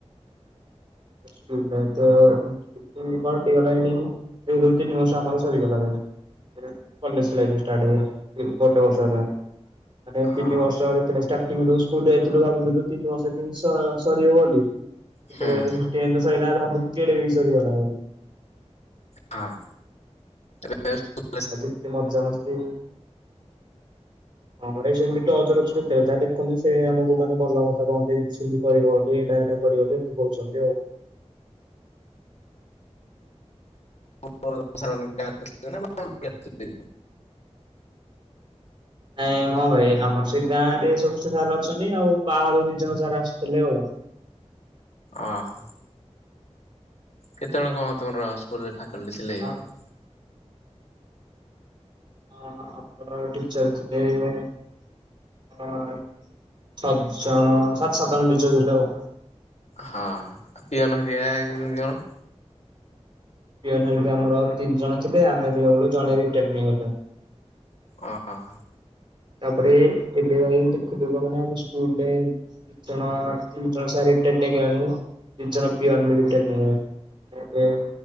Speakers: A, on the right (about 40°); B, on the left (about 70°).
A: ସ୍କୁଲ ଲାଇଫ୍ ତ ପାର୍ଟିକାଲ ଏଇଠି <unintelligible> ଦୁଇ ତିନି ମାସ ଆମର ସରିଗଲା ଭାଇ। ଏ କଲେଜ ଲାଇଫ ଷ୍ଟାଟ ହେଇଗଲାଣି ଗୋଟେ ବର୍ଷ ହେଲାନି। ମାନେ ତିନି
B: ହଁ
A: ବର୍ଷ ଆହୁରି ଥିଲା ଷ୍ଟାର୍ଟିଙ୍ଗରୁ ସ୍କୁଲ ଯାଇଥିଲୁ ଭାବୁଥୁଲୁୁ ତିନି ବର୍ଷ କେମିତି ସ-ସରିବ ବୋଲି <unintelligible>
B: ହୁଁ
A: କିନ୍ତି ସଇଲା ବେଳକୁ ଭାବୁଛି କେଡ଼େ ବେଗି ସରିଗଲା ବୋଲି।
B: ହଁ ଏବେ
A: ଆଜିି ଏତେ ମଜ୍ଜା ମସ୍ତି <unintelligible> ମ ସେମିତି ଟଚରେ ଅଛୁ। ଯେତେବେଳେ ଯାହା ଦେଖନ୍ତି ସେ ଆମକୁ ମାନେ ଭଲ କଥା କହନ୍ତି ଏମି ସେମିତି କରିବ ବୋଲି ଏଇଟା ପଡ଼ିବ ବୋଲି ଏମିତି କହୁଛନ୍ତି ଆଉ
B: <unintelligible>
A: ଆ, ହଁ ଭାଇ ଆମର ସେଇ ଗାଁ ରେ ସବୁ ସାର ଅଛନ୍ତିି ଆଉ ପାହାଳରୁ ଦି ଜଣ ସାର ଆସୁଥିଲେ ଆଉ
B: ଅହ କେତେ ଜଣ କଣ ତମର ସ୍କୁଲରେ ଫାକଲଟି ଥିଲେ
A: ହଁ
B: କଣ?
A: ଅ ଆମ ଟିଚର ଥିଲେ <unintelligible> ଛ ଜଣ ସାତ ସାତ ଆଣ ଟିଚର ଥିଲେ ଆଉ
B: ହଁ ଆଉ ପିଅନ ହେରିଆ କେନ୍ତି କଣ?
A: ପିଅନ ହେରିକା ଆମର ଆଉ ତିନି ଜଣ ଥିଲେ ଆମେ ଗଲା ବେଳେ ଜଣେ ରିଟାର ନେଇଗଲେ।
B: ଅ ହଁ
A: ତାପରେ ଏବେ ଏନ୍ତି ଦେଖୁ ଦେଖୁୁ ମାନେ ଆମ ସ୍କୁଲରେ ଦି ଜଣ ତିନି ଜଣ ସାର ରିଟାର୍ଡ ନେଇଗଲାଣି ତିନି ଜଣ ପିଅନ ରିଟାର୍ଡ ନେଇଗଲାଣି।